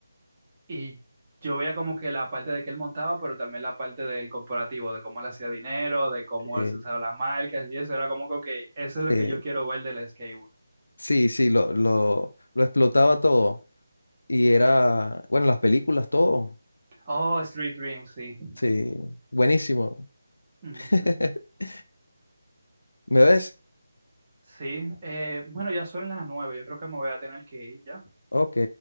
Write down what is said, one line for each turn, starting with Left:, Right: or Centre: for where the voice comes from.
Right: y yo veía como que la parte de que él montaba, pero también la parte del corporativo, de cómo él hacía dinero, de cómo
Left: Sí,
Right: él se usaba las marcas y eso, era como que, ok, eso es lo
Left: sí,
Right: que yo quiero ver del skateboard.
Left: sí, sí, lo, lo, lo explotaba todo. Y era, bueno, las películas, todo.
Right: Oh, Street Dreams, sí.
Left: Sí, buenísimo.
Right: Ujú.
Left: <laughs> ¿Me ves?
Right: Sí, eh, bueno, ya son las nueve, yo creo que me voy a tener que ir ya.
Left: Ok,